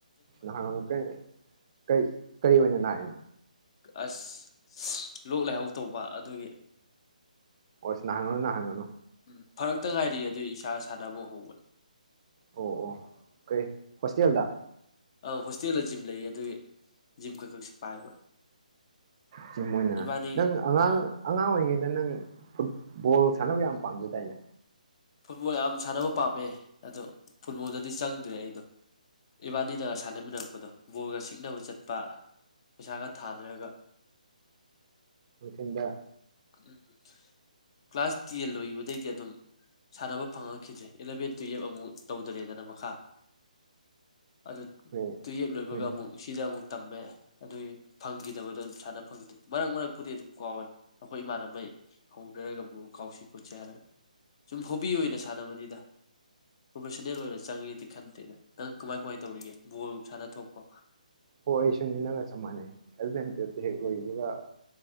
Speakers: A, on the right; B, on the left.
A: ꯅꯍꯥꯟ ꯀꯔꯤ ꯀꯔꯤ ꯀꯔꯤ ꯑꯣꯏꯅ ꯂꯥꯛꯏꯅꯣ
B: ꯑꯁ ꯂꯣꯛ ꯂꯥꯏꯍꯧ ꯇꯧꯕ ꯑꯗꯨꯒꯤ
A: ꯑꯣ ꯁꯤ ꯅꯍꯥꯡꯉꯅꯣ ꯅꯍꯥꯡꯪꯒꯅꯣ
B: ꯎꯝ ꯐꯔꯛꯇ ꯉꯥꯏꯔꯤ ꯑꯗꯨꯏ ꯏꯁꯥꯁꯤ ꯁꯗꯕꯣ ꯍꯣꯒ
A: ꯑꯣ ꯑꯣ ꯀꯩ ꯍꯣꯁꯇꯦꯜꯗ
B: ꯑꯪ ꯍꯣꯁꯇꯦꯜꯗ ꯖꯤꯝ ꯂꯩꯌꯦ ꯑꯗꯨꯒꯤ ꯖꯤꯝ ꯈꯛ ꯈꯛꯁꯤ ꯄꯥꯏꯕ
A: ꯆꯝ ꯑꯣꯏꯅ
B: ꯏꯕꯥꯅꯤ
A: ꯅꯪ ꯑꯉꯥꯡ
B: ꯎꯝ
A: ꯑꯉꯥꯡ ꯑꯣꯏꯔꯤꯉꯩꯗ ꯗ ꯅꯪ ꯐꯨꯠꯕꯣꯜ ꯁꯥꯟꯅꯕ ꯌꯥꯝ ꯄꯥꯝꯖꯗꯥꯏꯅꯦ
B: ꯐꯨꯠꯕꯣꯜ ꯌꯥꯝ ꯁꯥꯟꯅꯕ ꯄꯥꯝꯃꯦ ꯑꯗꯣ ꯐꯨꯠꯕꯣꯜꯗꯗꯤ ꯆꯪꯗ꯭ꯔꯦ ꯑꯩꯗꯣ ꯏꯕꯥꯅꯤꯅꯒ ꯁꯥꯟꯅꯃꯤꯟꯅꯔꯛꯄꯗꯣ ꯕꯣꯜꯒ ꯛꯅꯕ ꯆꯠꯄ ꯄꯩꯁꯥꯒ ꯊꯥꯗꯔꯒ
A: ꯑꯗꯨꯆꯗ
B: ꯎꯝ ꯎꯝ ꯀ꯭ꯂꯥꯁ ꯇꯦꯟ ꯂꯣꯏꯈꯤꯕꯗꯩꯗꯤ ꯑꯗꯨꯝ ꯁꯥꯟꯅꯕ ꯐꯪꯉꯛꯈꯤꯗ꯭ꯔꯦ ꯏꯂꯚꯦꯟ ꯇꯨꯌꯦꯜꯕ ꯑꯃꯨꯛ ꯇꯧꯗꯔꯦꯗꯅ ꯃꯈꯥ ꯑꯗꯨ
A: ꯍꯣꯏ
B: ꯇꯨꯌꯦꯞ ꯂꯣꯏꯕꯒ
A: ꯍꯣꯏꯅꯦ
B: ꯑꯃꯨꯛ ꯁꯤꯗ ꯑꯃꯨꯛ ꯇꯝꯃꯦ ꯑꯗꯨꯒꯤ ꯐꯪꯈꯤꯗꯕꯗꯣ ꯑꯗꯨꯝ ꯁꯥꯟꯅ ꯐꯪꯗꯦ ꯃꯔꯛ ꯃꯔꯛꯄꯨꯗꯤ ꯑꯗꯨꯝ ꯀꯥꯎꯋꯦ ꯑꯩꯈꯣꯏ ꯏꯃꯥꯟꯅꯕꯩ ꯍꯧꯅꯔꯒꯕꯨ ꯀꯥꯎꯁꯤ ꯈꯣꯠꯁꯤ ꯍꯥꯏꯔꯒ ꯁꯨꯝ ꯍꯣꯕꯤ ꯑꯣꯏꯅ ꯁꯥꯟꯅꯕꯅꯤꯗ ꯄ꯭ꯔꯣꯐꯦꯁꯟꯅꯜ ꯑꯣꯏꯅ ꯆꯪꯉꯦꯗꯤ ꯈꯟꯗꯦꯗ ꯅꯪ ꯀꯃꯥꯏ ꯀꯃꯥꯏꯅ ꯇꯧꯔꯤꯒꯦ ꯕꯣꯜꯒꯨꯝ ꯁꯥꯟꯅ ꯊꯣꯛꯄ
A: ꯍꯣꯏ ꯑꯩ ꯁꯨꯅꯤ ꯅꯪꯒ ꯆꯞ ꯃꯥꯟꯅꯩ ꯍꯦꯜꯃꯦꯠ ꯇꯦꯞꯇ ꯍꯦꯛ ꯂꯣꯏꯕꯒ